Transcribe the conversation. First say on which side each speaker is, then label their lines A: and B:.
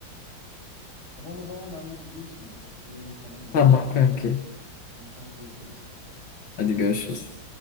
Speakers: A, on the left (about 55°); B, on the left (about 70°).
A: tamam o zaman ben bir gideyim şimdi bir yemek falan yiyeyim
B: Tamam kanki.
A: tamam kanka görüşürüz
B: Hadi görüşürüz.